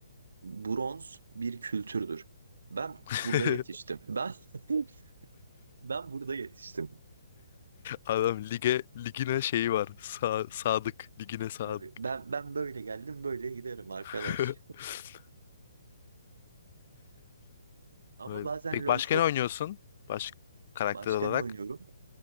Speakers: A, on the right (about 80°); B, on the left (about 40°).
A: Bronz bir kültürdür. Ben
B: <laughs>
A: burada yetiştim. Ben <laughs> ben burada yetiştim.
B: Adam lige ligine şeyi var. Sa- sadık. Ligine sadık.
A: Tabii ben ben böyle geldim böyle giderim arkadaş.
B: <laughs>
A: Ama
B: Vay
A: bazen
B: be. Peki
A: LoL
B: başka
A: çok
B: ne oynuyorsun? Baş karakter
A: başka
B: olarak.
A: ne oynuyorum